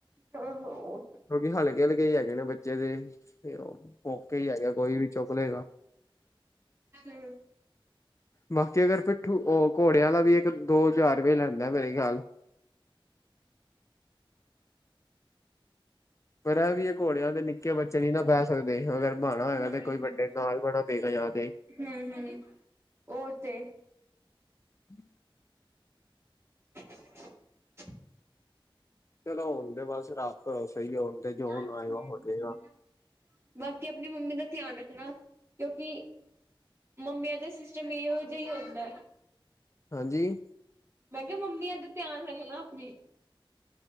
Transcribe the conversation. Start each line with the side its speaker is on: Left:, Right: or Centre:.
Right: ਹੂੰ
Left: ਕਿਉਂਕਿ ਹਲਕੇ-ਹਲਕੇ, ਕੀ ਹੈਗੇ ਨੇ ਬੱਚੇ ਦੇ, ਕੇ ਹੀ ਹੈਗੇ ਕੋਈ ਵੀ ਚੁੱਕਲੇਗਾ।
Right: ਹੈਲੋ,
Left: ਬਾਕੀ ਅਗਰ ਪਿੱਠੂ ਔ ਘੋੜਿਆਂ ਦਾ ਵੀ ਇੱਕ ਦੋ ਚਾਰ ਰੁਪਏ ਲੈਂਦਾ ਮੇਰੇ ਖਿਆਲ ਪਰ ਐ ਵੀ ਏ ਘੋੜਿਆਂ ਤੇ ਨਿੱਕੇ ਬੱਚੇ ਨੀ ਨਾ ਬਹਿ ਸਕਦੇ ਅਗਰ ਬਣਾ ਹੈਗਾ
Right: ਹੂੰ
Left: ਤੇ ਕੋਈ ਵੱਡੇ
Right: ਹੂੰ
Left: ਨਾਲ ਬਣਾ ਪਏਗਾ।
Right: ਹੂੰ-ਹੂੰ, ਉਹ ਤੇ
Left: ਹੂੰ,
Right: <inaudible>
Left: ਚਲੋ ਹੋਣ ਦੇ ਬਸ ਰੱਬ ਭਰੋਸੇ ਹੀ ਆ, ਹੁਣ ਤੇ ਜੋ
Right: ਹੂ-ਹੂ,
Left: ਹੁਣ ਆਏਗਾ ਹੋ ਜਾਏਗਾ
Right: ਬਾਕੀ ਆਪਣੀ ਮੰਮੀ ਦਾ ਧਿਆਨ ਹਨਾ ਕਿਉਂਕਿ ਮੰਮੀਆਂ ਦਾ ਸਿਸਟਮ ਇਹੋ ਜਿਹੀ ਹੁੰਦਾ।
Left: ਹਾਂਜੀ।
Right: ਮੈਂ ਕਿਹਾ ਮੰਮੀ ਦਾ ਧਿਆਨ ਰੱਖਣਾ ਆਪਣੀ,